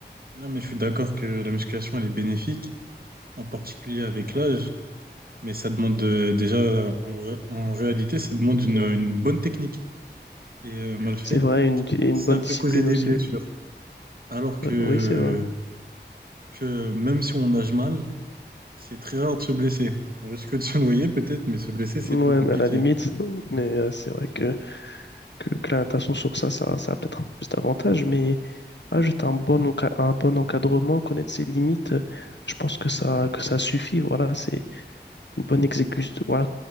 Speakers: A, on the right; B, on the left.
A: Non, mais je suis d'accord que la musculation, elle est bénéfique, en particulier avec l'âge. Mais ça demande euh, déjà, euh, en, vrai- en réalité, ça demande une, une bonne technique. Et euh, mal faite,
B: C'est vrai, une, di- une
A: ça
B: bonne
A: peut
B: discipline
A: causer des
B: aussi.
A: blessures. Alors que,
B: Euh, oui, c'est vrai.
A: que même si on nage mal, c'est très rare de se blesser. On risque de se noyer peut-être, mais se blesser, c'est
B: Ouais,
A: plus compliqué.
B: mais à la limite, <laughs> mais euh, c'est vrai que, que, que la natation sur ça, ça, ça a peut-être un peu plus d'avantages, mais ah, juste un bon, enca- un bon encadrement, connaître ses limites, euh, je pense que ça, que ça suffit. Voilà, c'est une bonne exécution, voilà,